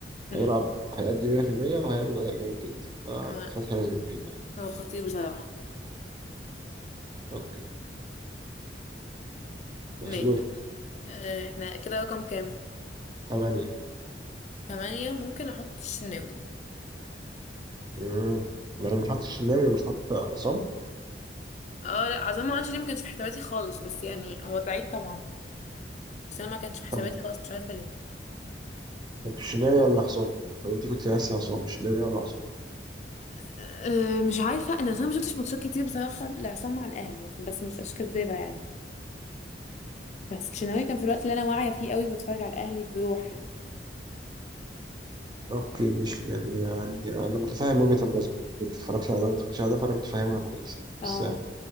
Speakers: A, on the left (about 40°); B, on the right (about 25°).
A: مم.
B: هيلعب هيأدي 100% وهيعمل اداء جامد جدا
A: آه.
B: ففتحي لازم يبقى يبقى.
A: هو خطير بصراحة
B: اوكي ماشي
A: ماشي
B: دورك
A: آه، احنا كده رقم كام
B: تمانية
A: تمانية ممكن احط الشناوي
B: امم يعني مش حاطط الشناوي ومش حاطط عصام
A: اه لا عظام ما اعرفش ليه ما كانش في حساباتي خالص بس يعني هو تعيد طبعا بس انا ما كانش في حساباتي
B: طب
A: خالص مش عارفه ليه
B: طب الشناوي ولا عصام؟ طب انت كنت ناسي عصام الشناوي ولا عصام؟
A: أه مش عارفه انا اصلا ما شفتش ماتشات كتير بصراحه لعصام مع الاهلي يعني بس مش مش كدابه يعني بس الشناوي كان في الوقت اللي انا واعيه فيه قوي بتفرج على الاهلي بروح يعني
B: اوكي مش يعني يعني انا متفاهم وجهة النظر انك اتفرجتي على ده وما اتفرجتيش على ده فانا متفاهمها كويس يعني
A: اه
B: بس